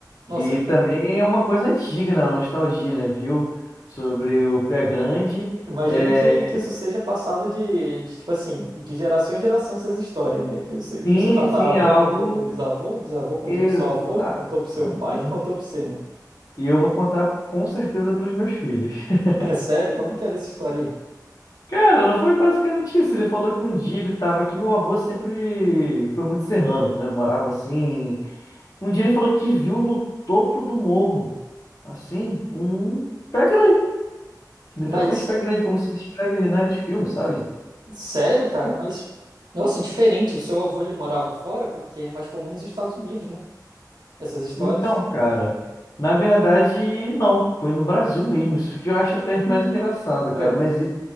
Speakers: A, on the right; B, on the left.
A: Nossa,
B: Que também é uma coisa antiga, né? Uma nostalgia, né? Viu? Sobre o pé grande.
A: imagino
B: É,
A: que, que isso seja passado de, de, tipo assim, de geração em geração essas histórias, né? Que o seu,
B: sim,
A: o seu tataravô
B: sim, é algo
A: contou pro bisavô, o bisavô contou
B: exatamente.
A: pro seu avô, que contou pro seu pai, que contou pro você, né? <laughs>
B: E eu vou contar com certeza para os meus filhos. <laughs>
A: É sério, como é que era essa história aí?
B: Cara, não foi basicamente isso. Ele falou que um dia ele tava aqui. Meu avô sempre foi muito serrano, né? Morava assim. Um dia ele falou que viu no topo do morro, assim, um pé grande, literalmente
A: Mas
B: pé grande, como se descreve, né, nos filmes, sabe?
A: Sério, cara, mas. Nossa, diferente. O seu avô ele morava fora porque é mais comum nos Estados Unidos, né? Essas histórias.
B: Então, cara, na verdade, não. Foi no Brasil mesmo. Isso que eu acho até <laughs> mais engraçado,
A: Ué,
B: cara. Mas e-